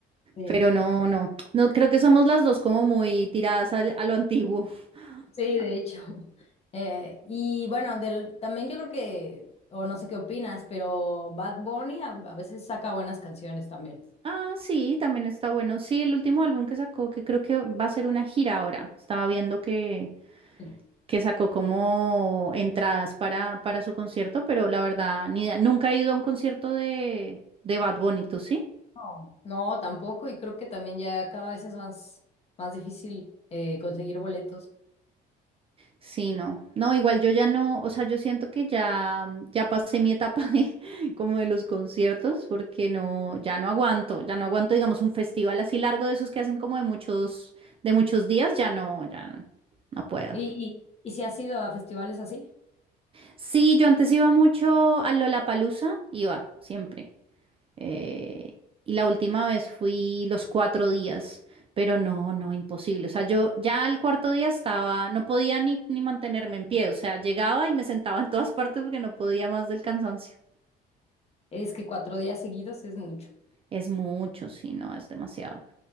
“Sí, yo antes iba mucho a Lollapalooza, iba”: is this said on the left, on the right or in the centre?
Right